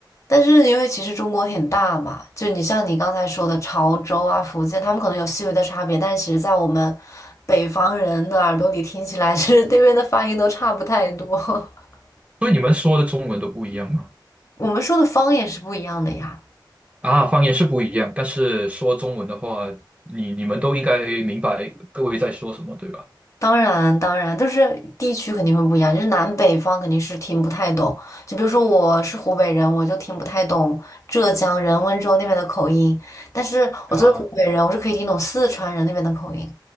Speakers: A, on the left; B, on the right.
A: 但是因为其实中国挺大嘛，就你像你刚才说的潮州啊、福建，他们可能有细微的差别，但是其实在我们北方人的耳朵里听起来，<laughs> 其实这边的发音都差不太多。<laughs>
B: 所以你们说的中文都不一样吗？
A: 我们说的方言是不一样的呀，
B: 啊，方言是不一样，但是说中文的话，你你们都应该明白各位在说什么，对吧？
A: 当然当然，就是地区肯定会不一样，就是南北方肯定是听不太懂。就比如说我是湖北人，我就听不太懂浙江人、温州那边的口音，但是我作为湖北人，
B: 啊，
A: 我是可以听懂四川人那边的口音，